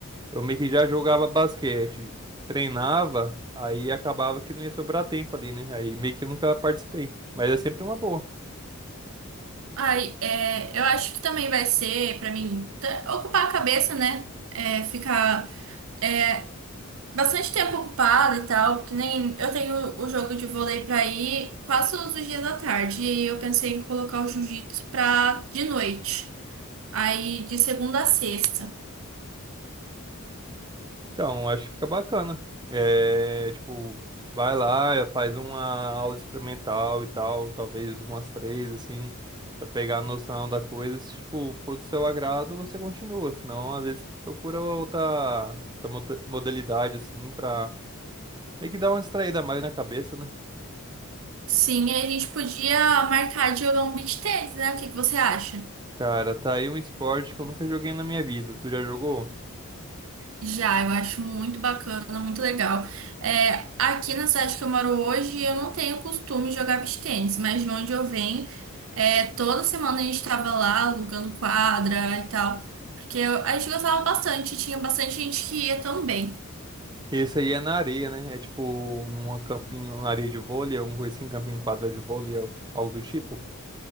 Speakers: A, on the right; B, on the right.
A: eu meio que já jogava basquete, treinava, aí acabava que não ia sobrar tempo ali, né? Aí meio que nunca participei, mas é sempre uma boa.
B: Ai, é, eu acho que também vai ser, pra mim, t- ocupar a cabeça, né? É, ficar é, bastante tempo ocupada e tal, que nem eu tenho o jogo de vôlei pra ir quase todos os dias da tarde, e eu pensei em colocar o jiu-jitsu pra de noite. Aí de segunda a sexta.
A: Então, acho que fica bacana. É, tipo, vai lá, faz uma aula experimental e tal, talvez umas três, assim, pra pegar a noção da coisa. Se, tipo, for do seu agrado, você continua. Senão, às vezes, procura outra, outra moda- modalidade, assim, pra meio que dar uma distraída mais na cabeça, né?
B: Sim, aí a gente podia marcar de jogar um beach tennis, né? O que que você acha?
A: Cara, tá aí um esporte que eu nunca joguei na minha vida. Tu já jogou?
B: Já, eu acho muito bacana, muito legal. É, aqui na cidade que eu moro hoje, eu não tenho costume de jogar beach tennis, mas de onde eu venho, é, toda semana a gente estava lá alugando quadra e tal, porque eu- a gente gostava bastante, tinha bastante gente que ia também.
A: Esse aí é na areia, né? É tipo numa campinho, uma areia de vôlei, um assim, campinho quadrado de vôlei, algo do tipo.